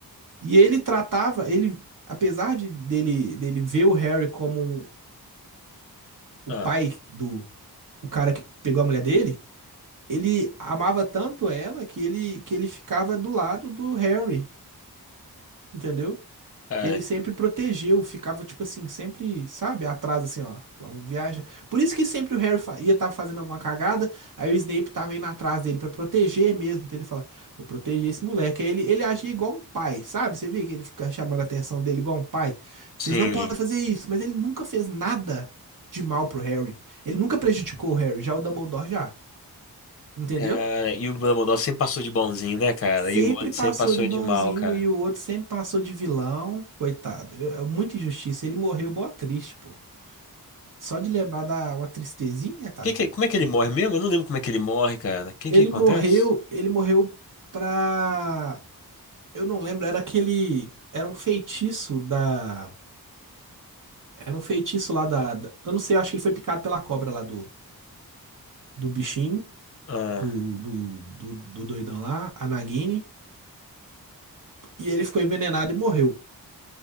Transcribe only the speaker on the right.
E ele tratava, ele, apesar de dele, dele ver o Harry como o
pai do, o cara que pegou a mulher dele, ele amava tanto ela que ele, que ele ficava do lado do Harry, entendeu?
Que ele sempre protegeu, ficava tipo assim, sempre, sabe, atrás assim, ó, vamos viajar. Por isso que sempre o Harry fa- ia estar fazendo alguma cagada, aí o Snape tava indo atrás dele pra proteger mesmo, então ele fala, vou proteger esse moleque. Aí ele, ele agia igual um pai, sabe? Você vê que ele fica chamando a atenção dele igual um pai. Vocês
não podem fazer isso, mas ele nunca fez nada de mal pro Harry. Ele nunca prejudicou o Harry, já o Dumbledore já, entendeu?
Sempre
passou
de bonzinho
e o outro sempre passou de vilão. Coitado, eu- é muita injustiça. Ele morreu mó triste, pô. Só de lembrar da uma tristezinha, tadinho.
Coitado.
Ele
morreu, ele morreu pra. Eu não lembro, era aquele. Era um feitiço da. Era um feitiço lá da. da- Eu não sei, eu acho que ele foi picado pela cobra lá do, do bichinho,
do, do, do, do doidão lá, a Nagini. E ele ficou envenenado e morreu.